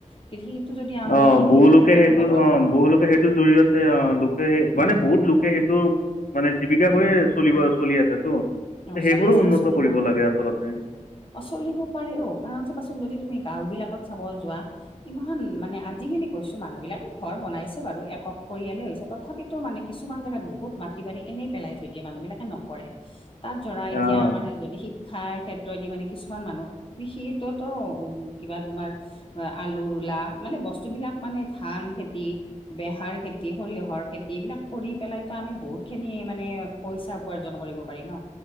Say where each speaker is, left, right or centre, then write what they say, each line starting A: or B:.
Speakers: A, on the left (about 40°); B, on the left (about 85°).
A: কৃষি যদি আমি
B: অ'! বহুলোকে,
A: ক্ষেত্ৰতো
B: সেইটো
A: বহলাই
B: অ'! বহুলোকে, সেইটোৰ জৰিয়তে, অ'! লোকে, সেই মানে বহুত লোকে সেইটো মানে, জীৱিকা কৰিয়ে চলিব, চলি আছেতো।
A: অ
B: সেইবোৰো
A: চলি আছে আৰু
B: উন্নত
A: চলিব
B: কৰিব লাগে, আচলতে।
A: অ'! চলিব পাৰে, অ'! কাৰণ, চাবাচোন যদি তুমি, গাওঁ বিলাকত চাব যোৱা। ইমান মানে, আজিকালি কৈছোঁ! মানুহ বিলাকে ঘৰ বনাইছে বাৰু। <unintelligible> পৰিয়ালে হৈছে। তথাপিতো মানে, কিছুমান জেগাত বহুত মাটি-বাৰী এনেই পেলাই থৈ দিয়ে। মানুহ বিলাকে নকৰে। তাত ধৰা, এতিয়া
B: অঁ
A: আমাৰ, যদি শিক্ষাৰ ক্ষেত্ৰত তই দি মানে, কিছুমান মানুহ কৃষটোতো, উম! কিবা তোমাৰ অ'! আলু ৰোলা, মানে বস্তু বিলাক মানে, ধান খেতি, বেহাৰ খেতি, সৰিয়হৰ খেতি, এইবিলাক কৰি পেলাইতো, আমি বহুত খিনি মানে, পইচা উপাৰ্জন কৰিব পাৰি ন'।